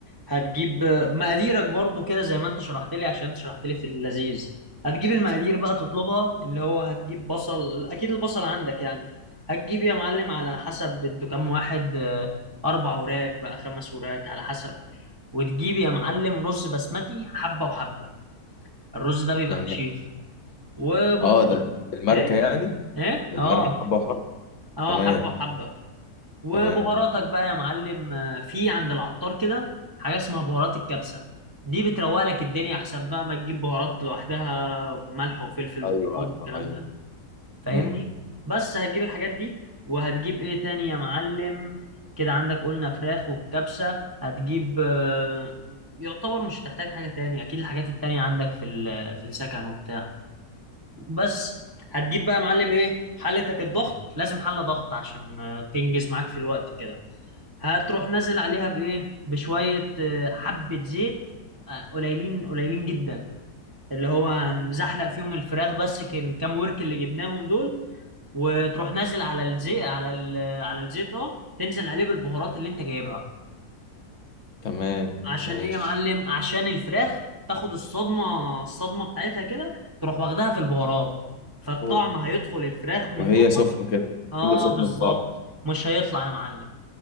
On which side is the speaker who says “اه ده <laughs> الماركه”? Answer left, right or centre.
Left